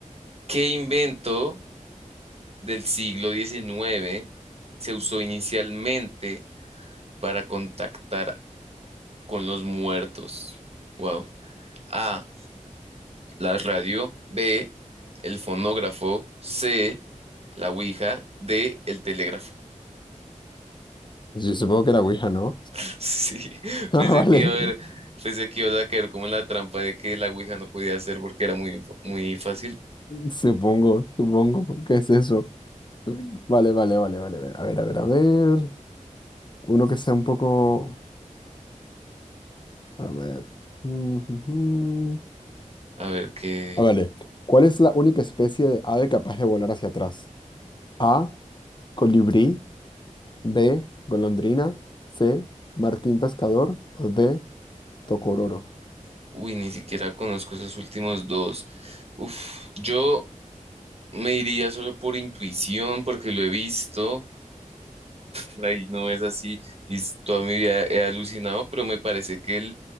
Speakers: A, on the right; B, on the left.
A: qué invento del siglo diecinueve se usó inicialmente para contactar con los muertos? Wow. A, la radio. B, el fonógrafo. C, la ouija. D, el telégrafo.
B: Yo supongo que era Ouija, ¿no?
A: <laughs> Sí,
B: <laughs>
A: pensé
B: Ah, vale.
A: que iba a haber, pensé que iba a caer como en la trampa de que la ouija no podía hacer porque era muy, fa- muy fácil.
B: Supongo, supongo. ¿Qué es eso? Vale, vale, vale, vale. vale. A ver, a ver, a ver. Uno que sea un poco... A ver. <laughs>
A: A ver qué.
B: Ah, vale. ¿Cuál es la única especie de ave capaz de volar hacia atrás? A. Colibrí. B. Golondrina. C. Martín Pescador. O D. Tocororo.
A: Uy, ni siquiera conozco esos últimos dos. Uf, yo me iría solo por intuición, porque lo he visto, por ahí no es así, y s- toda mi vida he alucinado, pero me parece que el